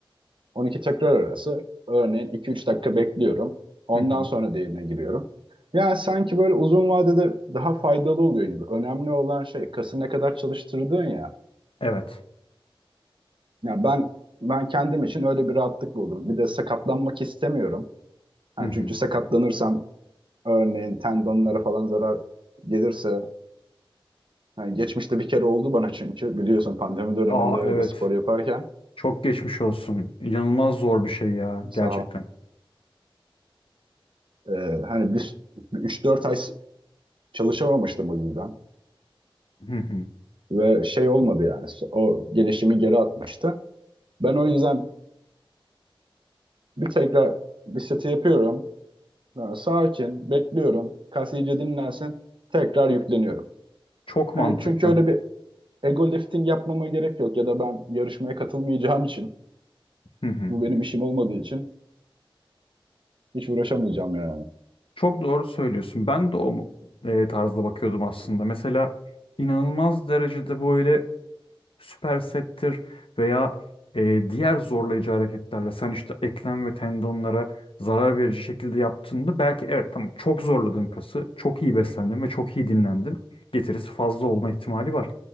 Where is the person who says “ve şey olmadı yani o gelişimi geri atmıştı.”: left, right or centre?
Right